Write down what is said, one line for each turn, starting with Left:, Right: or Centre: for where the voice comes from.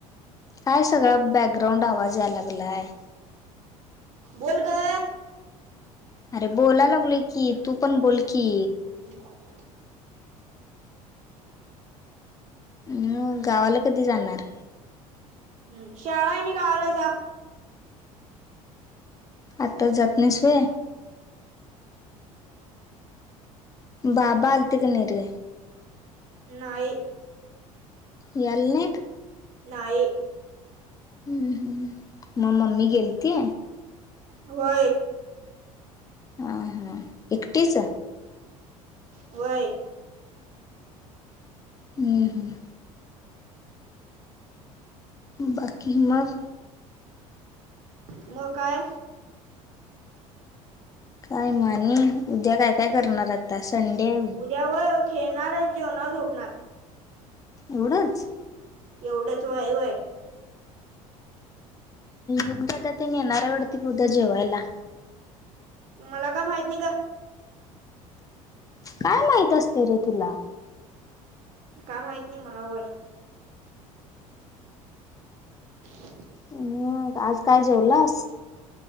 Left: काय सगळा बॅकग्राऊंड आवाज यायला लागलाय
Right: बोल ग
Left: अरे बोलाय लागलो की तू पण बोल की
Right: ह
Left: म गावाला कधी जाणार
Right: हम्म शाळाही नाही काला जा
Left: आताच जात नाहीसवे बाबा आलतीिक नाही रे
Right: नाहीय
Left: याल्नेत
Right: नाही.
Left: हम्म हम् म मम्मी गेलती?
Right: होय.
Left: अ हां एकटीच?
Right: होय.
Left: हम् हम. बाकी मग?
Right: म काय?
Left: काय म आणि उद्या काय काय करणार? आता संडे.
Right: उद्या होय खेळणार जेवणावर झोपणार.
Left: एवढंच.
Right: एवढंच वय वय.
Left: युगदादाातनी नारयवडती उद्या जेवायला.
Right: मला काय माहित नाही ग?
Left: काय माहित असते रे तुला?
Right: काय माहत नाही मला वय. <unintelligible>
Left: म आज काय जेवलास?